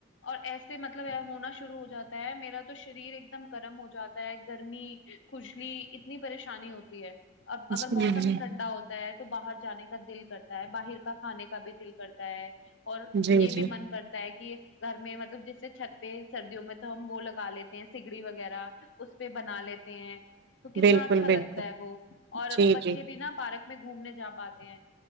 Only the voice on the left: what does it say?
اور ایسے مطلب ہونا شروع ہو جاتا ہے میرا تو شریر ایک دم گرم ہو جاتا ہے گرمی کجلی اتنی پریشانی ہوتی ہے اب اگر
موسم
ٹھنڈا ہوتا ہے تو باہر جانے کا دل کرتا ہے باہر کا کھانے کا بھی دل کرتا تا ہے اور
یہ
بھی من کرتا ہے کہ گھر میں مطلب جیسے چھت پہ سردیوں میں تو ہم وہ لگا لیتے ہیں سگڑی وغیرہ اس پہ بنا لیتے ہیں تو کتنا
اچھا
لگتا ہے وہ اور
بچے
بھی نا پارک میں گھومنے جا پاتے ہیں